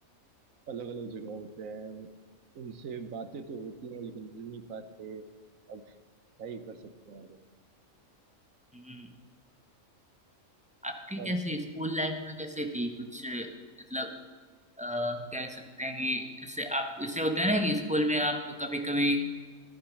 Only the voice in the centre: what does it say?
हम्म। आपकी
कैसी स्कूल लाइफ में कैसे थी कुछ मतलब अ, कह सकते हैं कि इससे आप इससे होते हैं ना कि स्कूल में आप कभी कभी